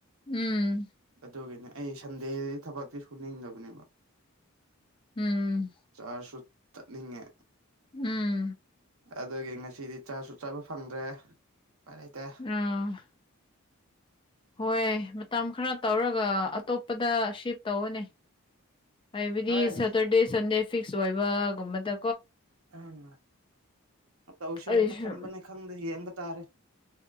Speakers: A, on the left; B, on the right.
A: ꯎꯝ
B: ꯑꯗꯨꯗꯒꯅꯦ ꯑꯩ ꯁꯟꯗꯦꯗꯗꯤ ꯊꯕꯛꯇꯤ ꯁꯨꯅꯤꯡꯗꯕꯅꯦꯕ
A: ꯎꯝ
B: ꯆꯥꯔꯖꯁꯨ ꯆꯠꯅꯤꯡꯉꯦ
A: ꯎꯝ
B: ꯑꯗꯨꯒꯤ ꯉꯁꯤꯗꯤ ꯆꯥꯁꯨ ꯆꯥꯕ ꯐꯪꯗ꯭ꯔꯦ ꯏꯄꯥꯏ ꯂꯩꯇꯦ
A: ꯑꯥ ꯍꯣꯏ ꯃꯇꯝ ꯈꯔ ꯇꯧꯔꯒ ꯑꯇꯣꯞꯄꯗ ꯁꯤꯞ ꯇꯧꯔꯅꯦ ꯍꯥꯏꯕꯗꯤ
B: ꯍꯣꯏ
A: ꯁꯦꯇꯔꯗꯦ ꯁꯟꯗꯦ ꯐꯤꯛꯁ ꯑꯣꯏꯕꯒꯨꯝꯕꯗ
B: ꯎꯝ ꯇꯧꯁꯤꯔꯣꯅ
A: ꯑꯩꯁꯨ
B: ꯈꯟꯕꯅꯤ ꯈꯪꯗꯦ ꯌꯦꯡꯕ ꯇꯥꯔꯦ